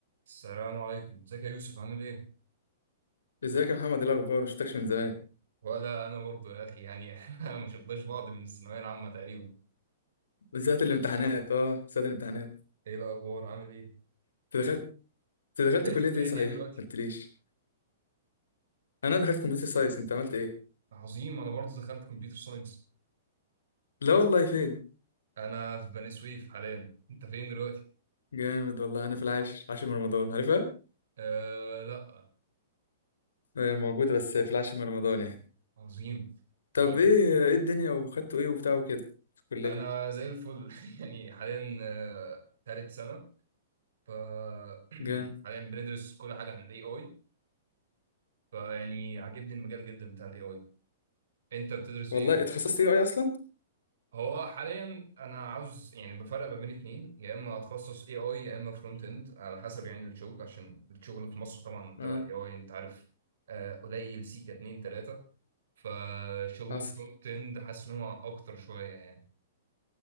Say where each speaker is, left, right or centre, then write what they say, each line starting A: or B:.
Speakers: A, on the right (about 60°); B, on the left (about 65°).
A: السلام عليكم ازيك يا يوسف عامل ايه؟
B: ازيك يا محمد ايه الاخبار ما شفتكش من زمان
A: ولا انا برضو يا اخي يعني <laughs> احنا ما شفناش بعض من الثانويه العامه تقريبا
B: بالذات الامتحانات اه ساعة الامتحانات
A: ايه الاخبار عامل ايه؟
B: انت دخلت انت دخلت
A: بقيت
B: كلية
A: في كليه
B: ايه صحيح
A: ايه دلوقتي؟
B: ما قلتليش انا دخلت كمبيوتر ساينس انت عملت ايه
A: عظيم انا برضو دخلت كمبيوتر ساينس
B: لا والله فين
A: انا في بني سويف حاليا انت فين دلوقتي؟
B: جامد والله انا في العاشر عاشر من رمضان عارفها
A: آه لا
B: آه، موجودة بس في العاشر من رمضان يعني
A: عظيم
B: طب
A: طيب
B: ايه ايه الدنيا وخدتوا ايه وبتاع وكده في الكلية
A: انا زي الفل <laughs> يعني حاليا آه، تالت سنه ف <clears throat>
B: جامد
A: حاليا بندرس كل حاجه عن الاي اي فيعني عاجبني المجال جدا بتاع الاي اي انت بتدرس
B: والله
A: ايه
B: اتخصصت ايه اي اصلا
A: هو حاليا انا عاوز يعني بفرق ما بين اتنين يا اما اتخصص اي اي يا اما فرونت اند على حسب يعني الشغل عشان الشغل في مصر طبعا تبع
B: اه
A: الاي اي انت عارف آه، قليل سيكا اتنين تلاتة فشغل
B: حصل
A: الفرونت اند حاسس ان هو اكتر شوية يعني